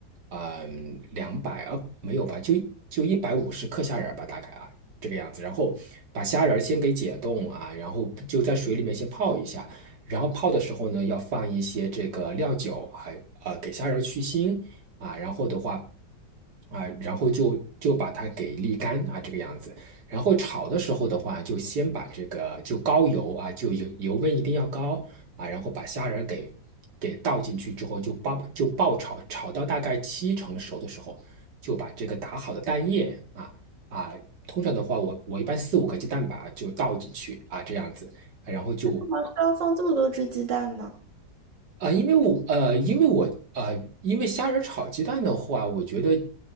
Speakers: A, on the right (about 70°); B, on the right (about 90°).
A: 嗯两百啊没有吧，就就一百五十克虾仁儿吧，大概啊这个样子。然后把虾仁儿先给解冻啊，然后就在水里面先泡一下。然后泡的时候呢，要放一些这个料酒还呃，给虾仁儿去腥。啊，然后的话。啊，然后就就把它给沥干啊，这个样子。然后炒的时候的话，就先把这个就高油啊，就油油温一定要高啊，然后把虾仁儿给给倒进去之后，就爆就爆炒，炒到大概七成熟的时候，就把这个打好的蛋液啊啊，通常的话我我一般四五个鸡蛋吧就倒进去啊，这样子，然后就
B: 为什么需要放这么多只鸡蛋吗？
A: 啊，因为我呃，因为我呃，因为虾仁炒鸡蛋的话，我觉得，